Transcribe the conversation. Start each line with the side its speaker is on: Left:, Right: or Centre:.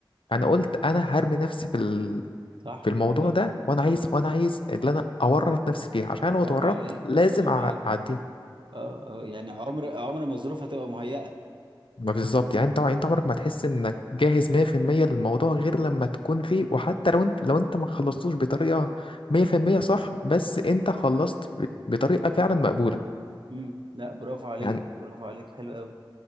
Left: انا
Right: امم
Left: قلت انا هرمي نفسي في ال...
Right: صح
Left: في الموضوع
Right: صح
Left: ده وانا عايز وانا عايز اللي انا اورط نفسي فيه عشان
Right: برافو
Left: لو اتورطت
Right: عليك
Left: لازم
Right: برافو
Left: أع-
Right: عليك
Left: اعديه
Right: اه اه يعني عمر عمر ما الظروف هتبقى مهيئة
Left: ما بالظبط يعني انت انت عمرك ما تحس انك جاهز 100% للموضوع غير لما تكون فيه وحتى لو انت لو انت ما خلصتوش بطريقة 100% صح بس انت خلصت ب- بطريقة فعلا مقبولة
Right: امم لا برافو عليك
Left: يعني
Right: برافو عليك حلو قوي